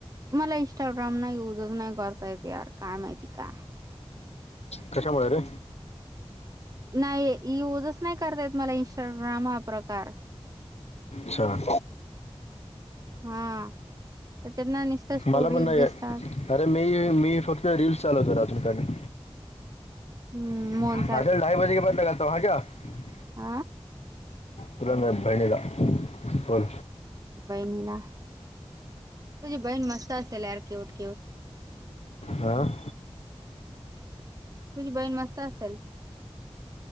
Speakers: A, on the right; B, on the left.
A: मला इंस्टाग्राम ना यूज च नाही करता येत यार काय माहिती का?
B: कशामुळे रे
A: नाही युजच नाही करता येत मला इंस्टाग्राम हा प्रकार
B: छान
A: हा. <unintelligible>
B: मला पण नाही
A: दिसतात
B: अरे मी फक्त रिल्स चालवतो अजून काय नाही
A: हम्म
B: <unintelligible>
A: मोहन आ
B: तुरंग बहिणीला बोल
A: बहिणीला तुझी बहीण मस्त <unintelligible> क्यूट क्यूट
B: हं
A: तुझी बहीण मस्त असेल